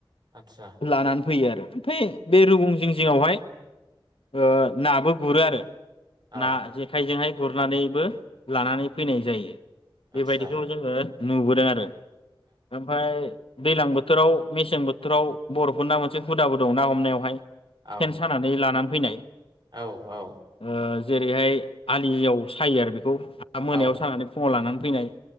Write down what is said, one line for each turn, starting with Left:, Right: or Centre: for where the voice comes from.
Right: आतसा
Left: लानानै फैयो आरो फै बे रुगुं जिं जिङावहाय ओ नाबो गुरो आरो।
Right: औ
Left: ना जेखायजोंहाय गुरनानैबो लानानै फैनाय जायो। बेबायदिखौ
Right: आदसा
Left: जोङो नुबोदों आरो। ओमफ्राय दैज्लां बोथोराव मेसें बो थोराव बर'फोरना मोनसे हुदाबो दं ना हमनायावहाय
Right: ओ ओ
Left: सेन सानानै लानानै फैनाय।
Right: औ औ।
Left: ओ जेरैहाय आलियाव सायो आरो बेखौ
Right: औ
Left: मोनायाव
Right: औ
Left: सानानै फुङाव लानानै फैनाय